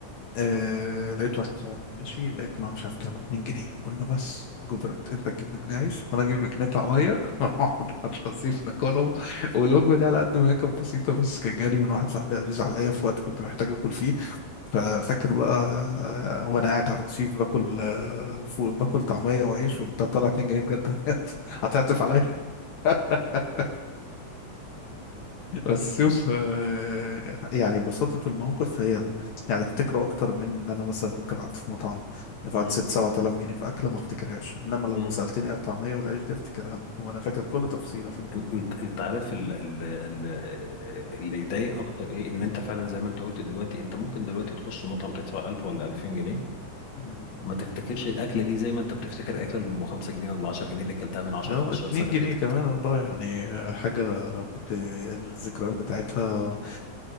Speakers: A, on the left; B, on the left.
A: آه لقيت واحد صاحبي ماشي لقيت ما مش عارف كام 2 جنيه قلنا بس جبرت انت تجيب جنيه عيش وانا اجيب جنيه طعمية <laughs> ونقعد على الرصيف ناكلهم والوجبة دي على قد ما هي كانت بسيطة بس كانت جالي من واحد صاحبي عزيز عليا في وقت كنت محتاج اكل فيه ففاكر بقى آه، وانا قاعد على الرصيف باكل آه، فول- باكل طعمية وعيش وانت طالع 2 جنيه بجد <laughs> هتعطف عليا <laughs> بس شوف آه، يعني بساطة الموقف هي ال... يعني افتكره اكتر من ان انا مثلا ممكن قعدت في مطعم دفعت
B: مم.
A: ست سبعة آلاف جنيه في اكلة ما افتكرهاش انما
B: مم.
A: لو سألتني على الطعمية والعيش دي افتكرها وانا فاكر كل تفصيلة فيها
B: انت انت عارف ال ال ال اللي يضايق اكتر ايه ان انت فعلا زي ما انت قلت دلوقتي انت ممكن دلوقتي تخش مطعم تدفع 1000 ولا 2000 جنيه
A: مم.
B: ما تفتكرش الاكله دي زي ما انت بتفتكر الاكله اللي ام 5 جنيه ولا 10 جنيه اللي كلتها من 10
A: اه
B: 15
A: اتنين
B: سنه
A: جنيه
B: فاتت
A: كمان والله يعني آه، حاجة بت... الذكريات بتاعتها